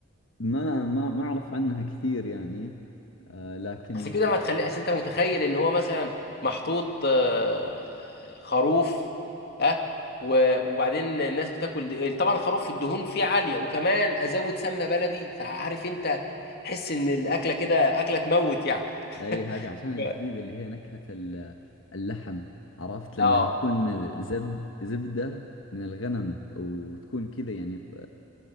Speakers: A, on the left; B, on the left.
A: ما ما ما أعرف عنها كثير يعني آه لكن
B: اصل كده
A: آه،
B: ما تخلي اصل انت متخيل ان هو مثلا محطوط آه، خروف ها و- وبعدين الناس بتاكل دي. طبعا خروف الدهون فيه عاليه وكمان ازود سمنه بلدي فعارف انت تحس ان الاكله كده اكله تموت يعني
A: أي هذه عشان
B: ف-
A: تزيد اللي هي نكهة ال- اللحم عرفت لأنها
B: اه
A: تكون زبد زبدة من الغنم وتكون كذا يعني ط-